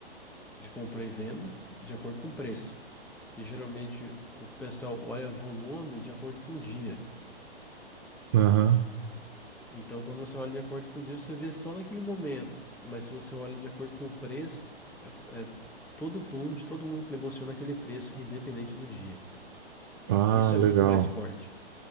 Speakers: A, in the centre; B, on the right.
A: de compra e venda, de acordo com o preço. Que geralmente o pessoal olha volume de acordo com o dia.
B: Aham.
A: Então, quando você olha de acordo com o dia, você vê só naquele momento. Mas se você olha de acordo com o preço, é, co- é todo o volume de todo mundo que negociou naquele preço, independente do dia.
B: Ah,
A: Isso é muito
B: legal.
A: mais forte.